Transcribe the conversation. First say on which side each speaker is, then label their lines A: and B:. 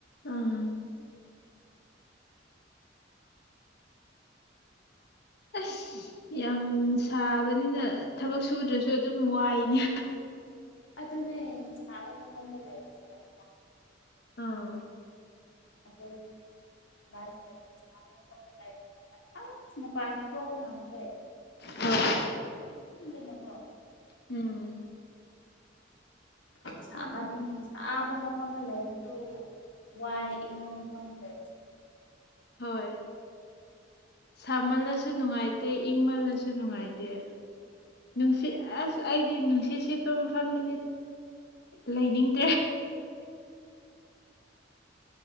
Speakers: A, on the left (about 60°); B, on the left (about 90°).
A: ꯑꯥ ꯑꯁ ꯌꯥꯝ ꯁꯥꯕꯅꯤꯅ ꯊꯕꯛ ꯁꯨꯗ꯭ꯔꯁꯨ ꯑꯗꯨꯝ ꯋꯥꯏꯅꯦ
B: ꯑꯗꯨꯅꯦ ꯁꯥꯕ ꯃꯐꯝꯗ ꯂꯩꯁꯤ ꯌꯥꯝ
A: ꯑꯣ
B: <inaudible> ꯑꯆꯅꯣꯄꯥꯖꯕꯣ ꯀ ꯉꯝ ꯂꯩ
A: ꯍꯣꯏ
B: ꯆꯗꯅꯀꯣ
A: ꯎꯝ
B: ꯁꯥꯕꯟ ꯁꯥꯕ ꯃꯐꯝꯗ ꯂꯩꯕꯁꯨ ꯋꯥꯏ ꯏꯪꯃꯝꯂ
A: ꯍꯣꯏ ꯁꯥꯃꯜꯂꯁꯨ ꯅꯨꯡꯉꯥꯏꯇꯦ ꯏꯪꯃꯜꯂꯁꯨ ꯅꯨꯡꯉꯥꯏꯇꯦ ꯅꯨꯡꯁꯤꯠ ꯑꯁ ꯑꯩꯗꯤ ꯅꯨꯡꯁꯤꯠ ꯁꯦꯠꯄ ꯃꯐꯝꯗꯗꯤ ꯂꯩꯅꯤꯡꯗ꯭ꯔꯦ